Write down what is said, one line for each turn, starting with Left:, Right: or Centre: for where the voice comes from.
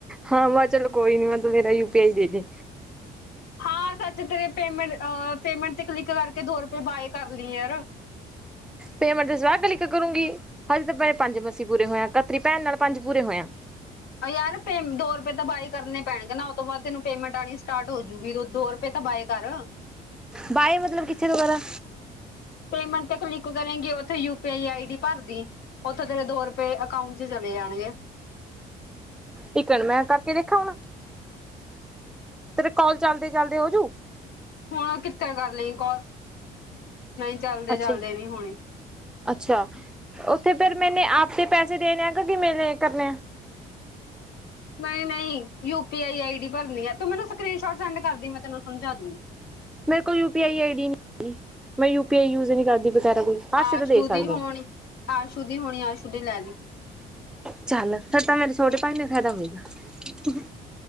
Centre: ਹਾਂ ਮਹਾਂ ਚਲੋ ਕੋਈ ਨੀ, ਮੈਂ ਤੂੰ ਮੇਰਾ ਯੂ ਪੀ ਆਈ ਦੇ ਦੀ।
Left: ਹਾਂ ਸੱਚ ਤੇਰੇ ਪੇਮੈਂਟ ਅ ਪੇਮੈਂਟ ਤੇ ਕਲਿੱਕ ਕਰਕੇ, ਦੋ ਰੁਪਏ ਬਾਏ ਕਰ ਲੀ ਯਾਰ।
Centre: ਪੇਮੈਂਟ ਤੇ ਸਵਾ ਕਲਿੱਕ ਕਰੂੰਗੀ, ਹਜੇ ਤਾਂ ਮੇਰੇ ਪੰਜ ਮਸੀ ਪੂਰੇ ਹੋਇਆ, ਕੱਲ ਤੇਰੀ ਭੈਣ ਨਾਲ ਪੰਜ ਪੂਰੇ ਹੋਏਆ।
Left: ਅਹ ਯਾਰ ਪੇ ਦੋ ਰੁਪਏ ਤਾਂ ਬਾਏ ਕਰਨੇ ਪੈਣਗੇ ਨਾ, ਉਹ ਤੋਂ ਬਾਦ ਤੈਨੂੰ ਪੇਮੈਂਟ ਆਣੀ ਸਟਾਟ ਹੋਜੂਗੀ, ਦੋ- ਦੋ ਰੁਪ ਰਪਏ ਤਾਂ ਬਾਏ ਕਰ।
Centre: ਬਾਏ ਮਤਲਬ ਕਿੱਥੇ ਤੋਂ ਕਰਾਂ।
Left: ਪੇਮੈਂਟ ਤੇ ਕਲਿੱਕ ਕਰੇਗੀ, ਉਥੇ you P I I D ਭਰਦੀ। ਉੱਥੋ ਤੇਰੇ ਦੋ ਰੁਪਏ ਅਕਾਊਂਟ ਚ ਚਲੇ ਜਾਣਗੇ।
Centre: ਇੱਕ ਮਿੰਟ ਮੈਂ ਕਰਕੇ ਦੇਖਾ ਹੁਣ, ਤੇਰੇ ਕੌਲ ਚਲਦੇ- ਚਲਦੇ ਹੋਜੂ।
Left: ਹੁਣ ਕਿੱਥੇ ਕਰ ਲਈ ਕੌਲ, ਨਹੀਂ ਚੱਲਦੇ-ਚੱਲਦੇ
Centre: ਅੱਛਾ
Left: ਨੀ ਹੋਣੀ।
Centre: ਅੱਛਾ, ਉੱਥੇ ਫੇਰ ਮੈਨੇ ਆਪ ਦੇ ਪੈਸੇ ਦੇਣੇ ਆ, ਕ ਕਿਵੇੇ ਕਰਨੇ ਆ।
Left: ਨਹੀਂ- ਨਹੀਂ, you P I I D ਭਰਨੀ ਆ, ਤੂੰ ਮੈਨੂੰ ਸਕਰੀਨ ਸ਼ੋਟ ਸੈਂਡ ਕਰਦੀ, ਮੈਂ ਤੈਨੂੰ ਸਮਝਾ ਦੂੰਗੀ।
Centre: ਮੇਰੇ ਕੋਲ you P I I D ਨੀ ਹੈਗੀ, ਮੈਂ ਯੂ ਪੀ ਆਈ ਯੂਜ ਨੀ ਕਰਦੀ ਵਗੈਰਾ ਕੋਈ। ਹਰ
Left: ਆਸ਼ੂ
Centre: ਸੇ ਤਾਂ ਦੇ ਸਕਦੀ
Left: ਦੀ ਹੋਣੀ,
Centre: ਹਾਂ
Left: ਆਸ਼ੂ ਦੀ ਹੋਣੀ, ਆਸ਼ੂ ਦੀ ਲੈ ਲਈ।
Centre: ਚੱਲ, ਫੇਰ ਤਾਂ ਮੇਰੇ ਛੋਟੇ ਭਾਈ ਨੂੰ ਫਾਇਦਾ ਹੋਏਗਾ।